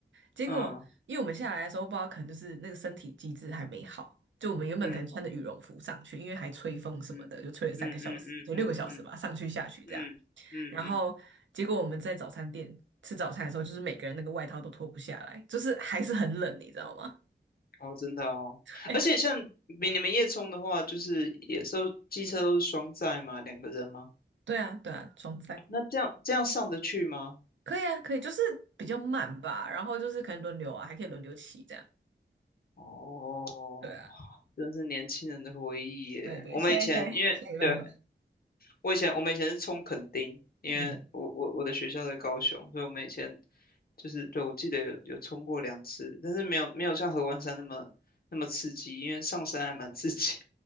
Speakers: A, on the right; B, on the left.
A: 结果因为我们下来的时候不知道可能就是那个身体机制还没好，
B: 嗯
A: 就我们原本可能穿着羽绒服上去，
B: 嗯
A: 因为还吹风什么的，
B: 嗯嗯嗯嗯嗯
A: 就吹了三个小时，就六个小时吧，上去下去这样。
B: 嗯嗯嗯，
A: 然后结果我们在早餐店吃早餐的时候，就是每个人那个外套都脱不下来，就是还是很冷，你知道吗？
B: 哦，真的哦。
A: <laughs> 哎
B: 而且像比你们夜冲的话，就是也都机车都是双载嘛，两个人吗？
A: 对啊，对啊，装载
B: 那这样这样上得去吗？
A: 可以啊，可以，就是比较慢吧，然后就是可能轮流啊，还可以轮流骑这样。
B: 哦，
A: 对啊，
B: 真是年轻人的回忆耶。
A: 对对，
B: 我们以前因为对
A: 现在现在现在没办法。
B: 我以前我们以前是冲垦丁，因为我我我的学校在高雄，
A: 嗯
B: 所以我们以前就是对我记得有有冲过两次，但是没有没有像合欢山那么那么刺激，因为上山还蛮刺激。